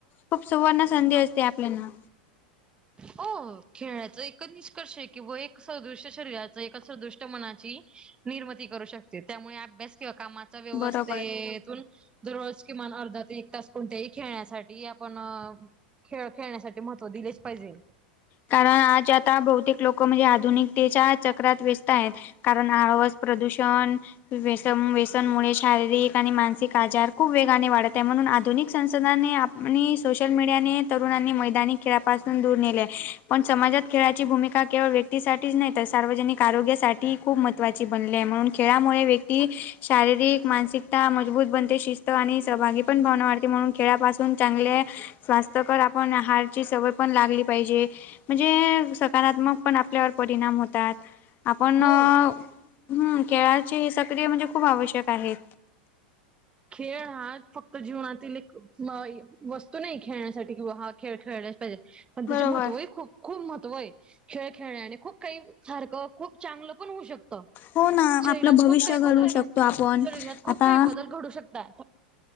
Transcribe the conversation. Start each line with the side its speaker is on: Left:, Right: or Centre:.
Left: खूप सुवर्ण संधी असते, आपल्याना.
Right: हो खेळाच एकच निष्कर्ष आहे, कि व एक सदृश शरीराच एका सदृष्ट मनाची. निर्मिती करू शकते, त्यामुळे अभ्यास किंवा कामात. चं व्यवस्थेतुन
Left: बरोबर
Right: दररोज किमान अर्धा ते एक. तास कोणत्यांही खेळण्यासाठी, आपण अ खेळ खेळण्यासाठी महत्त्व दिलेच पाहिजेल.
Left: कारण आज आता बहुतेक लोक म्हणजे, आधुनिकतेच्या चक्रात व्यस्त आहेत. कारण आळवस प्रदूषण व्यसम व्यसनमुळे शारीरिक आणि मानसिक आजार खूप वेगाने वाढत आहे, म्हणून आधुनिक संसधाने आप आणि सोशल मीडियानि तरुणांनी मैदानी खेळापासून दूर नेले. पण समाजात खेळाची भूमिका केवळ व्य क्ती साठीच नाही तर सार्वजनिक आरोग्यासाठी खूप महत्वाची बनली आहे, म्हणून खेळामुळे व्यक्ती शारीरिक, मानसिकता मजबूत बनते, शिस्त आणि सहभागी पण भावना वाढते, म्हणून खेळापास चांगल्या स्वास्थ्य कर, आपण आहारची सवय पण लागली पाहिजे. म्हणजे सकारात्मक पण आपल्यावर परिणाम होतात, आपण
Right: हो
Left: हूं खेळाचे हे सक्रिय म्हणजे खूप आवश्यक आहे
Right: खेळ हा फक्त जीवनातील एक म वस्तू नाही खेळण्यासाठी किंवा हा खेळ खेळलाच पाहिजे. पण त्याचे
Left: बरोबर
Right: महत्वही खूप. खूप महत्त्व आहे, खेळ खेळण्याने खूप काही सारखं <unintelligible> खूप चांगलं पण होऊ शक शरीरात
Left: हो ना आपलं भविष्य
Right: खूप काही
Left: घडवू
Right: बदल घड,
Left: शकतो आपण
Right: शरीरात खूप
Left: आता
Right: काही बदल घडू शकता.